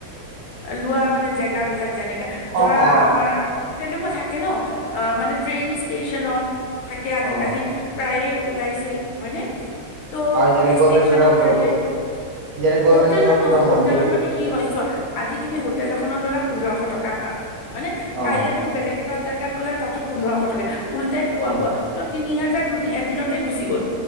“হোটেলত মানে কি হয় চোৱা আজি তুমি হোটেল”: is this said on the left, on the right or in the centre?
Left